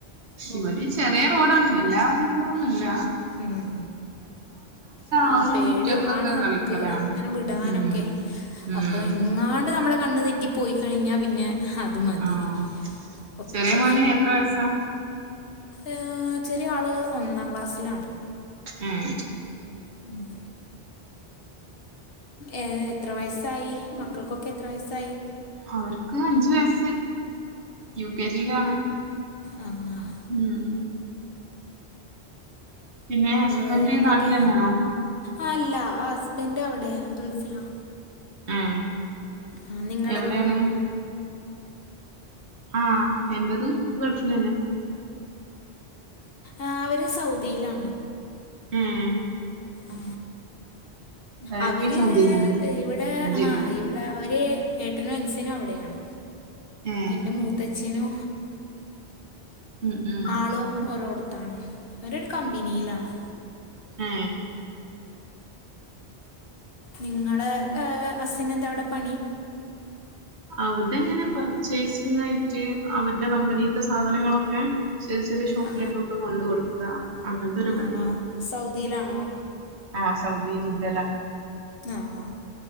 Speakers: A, on the left (about 60°); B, on the right (about 90°).
A: അപ്പോൾ
B: ഇവിടെ ചെറിയ റോഡാണ് വല്ലാ വണ്ടികളൊന്നുംല്ല
A: ഉം ആ
B: അവരെ
A: പേടിയാണ്
B: മുറ്റത്തൊക്കെ കളിക്കലാണ്
A: നമുക്ക് ഇങ്ങനെ വിടാനൊക്കെ
B: ഉം ഉം
A: അപ്പൊ എങ്ങാണ്ട് നമ്മളെ കണ്ണ് തെറ്റി പോയി കഴിഞ്ഞാ പിന്നെ അത് മതി
B: ആഹ
A: ഓക്കെ
B: ചെറിയ മോന് എത്ര വയസാ
A: ഏ ചെറിയ ആള് ഒന്നാം ക്ലാസ്സിലാണ്
B: ഉം
A: ഉം ഉം ഏ എത്ര വയസ്സായി മക്കൾക്കൊക്കെ എത്ര വയസ്സായി
B: അവർക്ക് അഞ്ചു വയസ് യു കെ ജിയിലാണ്
A: ആ
B: ഉം പിന്നെ ഹസ്ബൻഡ്
A: വേറെന്തൊക്കെ
B: നാട്ടിൽ തന്നെയാണോ
A: ആ അല്ല ആ ഹസ്ബൻഡ് അവിടെ ഗൾഫിലാ
B: ഏഹ്
A: ആ നിങ്ങളതോ
B: എവിടെയാണ് ആഹ് എന്റതും ഗൾഫിൽ തന്നെ
A: ആ അവര് സൗദിയിലാണ്
B: ഉം
A: ആ
B: ഇവരപ്പി
A: അവര്
B: സൗദിയിലന്നെ
A: ഇവിടെ
B: ജി
A: ആഹ് ഇവിടെ അവര് ഏട്ടനും അൻസിനും അവിടെയാണ്
B: ഏഹ്
A: എൻ്റെ മൂത്തച്ഛനും
B: ഉം ഉം
A: ആള് ഓരോ അട്ത്താണ് രരു കമ്പനിയിലാണ്
B: ഏ
A: നിങ്ങളെ അസിന് എന്താ അവിടെ പണി
B: അവിടെ എങ്ങനെ പർച്ചേസിംഗ് ആയിട്ട് അവരുടെ കമ്പനിത്തെ സാധനങ്ങളൊക്കെ ചെറിയ ചെറിയ ഷോപ്പിലൊക്കെ
A: ആ
B: ഒക്കെ കൊണ്ട് കൊടുക്കുക അങ്ങനത്തെ ഒരു
A: ആ
B: പണിയാണ്
A: സൗദിയിലാണോ
B: ആഹ സൗദി ജിദ്ദ യിൽ
A: ആഹ് ആഹ്